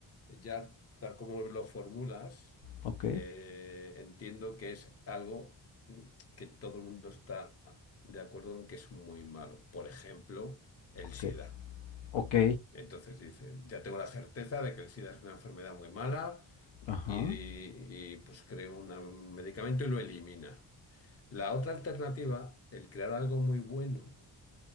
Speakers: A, on the left; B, on the left.
A: ya tal como lo formulas,
B: ¿Ok?
A: eh, entiendo que es algo mm, que todo el mundo está de acuerdo en que es muy malo. Por ejemplo, el
B: Ok.
A: SIDA.
B: Ok.
A: Entonces dice, ya tengo la certeza de que el SIDA es una enfermedad muy mala
B: Ajá.
A: y, y, pues creo una- un medicamento y lo elimina. La otra alternativa, el crear algo muy bueno,